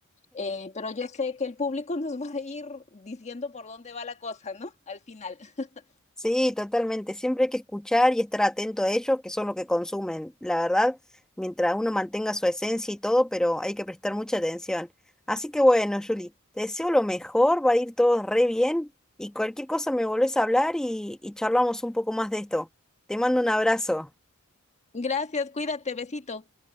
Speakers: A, on the left; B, in the centre.
A: eh, pero yo sé que el público <laughs> nos va a ir diciendo por dónde va la cosa, ¿no? Al final. <laughs>
B: Sí, totalmente. Siempre hay que escuchar y estar atento a ellos, que son lo que consumen, la verdad, mientras uno mantenga su esencia y todo, pero hay que prestar mucha atención. Así que bueno, Juli, te deseo lo mejor, va a ir todo re bien y cualquier cosa me volvés a hablar y, y charlamos un poco más de esto. Te mando un abrazo.
A: Gracias, cuídate, besito.